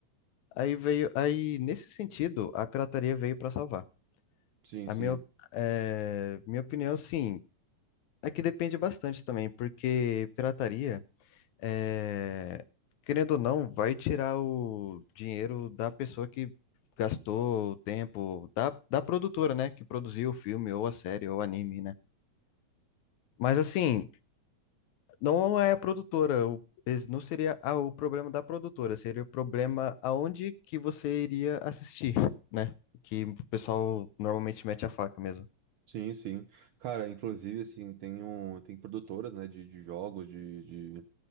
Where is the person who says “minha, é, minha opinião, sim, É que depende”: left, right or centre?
Left